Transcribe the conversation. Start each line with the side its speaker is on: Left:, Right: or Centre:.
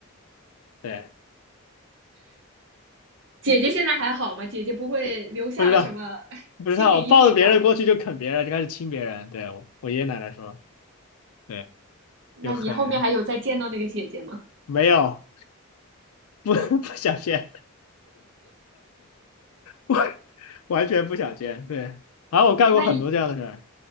Left: 对，
Right: 姐姐现在还好吗？姐姐不会留下了什么
Left: 不知道
Right: <laughs>
Left: 不知道，
Right: 心理阴影吧？
Left: 我抱着别人过去就啃别人，就开始亲别人。对，我我爷爷奶奶说，对，
Right: 那你后面还有再见到那个姐姐吗？
Left: 就很没有不 <laughs> 不想骗我。<laughs> 完全不想见。对，啊，我干过很多这样的事儿
Right: 那一